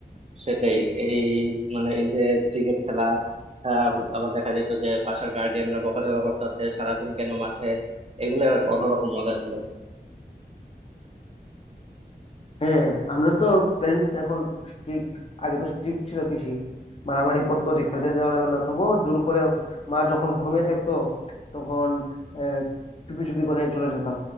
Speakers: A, on the right; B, on the left.
A: সেটাই এই মানে এই যে ক্রিকেট খেলা আহ, আবার দেখা যেত যে বাসার গার্ডিয়ানরা বকাঝকা করতেছে সারাদিন কেন মাঠে এগুলো আর কি অন্যরকম মজা ছিল
B: হ্যাঁ আমরা তো প্যারেন্টস এখন স্ট্রিক্ট আগে তো স্ট্রিক্ট ছিল বেশি মারামারি করতো যে খেলতে দেওয়া যাবে না তবুও জোর করে মা যখন ঘুমিয়ে থাকতো তখন আহ, চুপি চুপি করে চলে যেতাম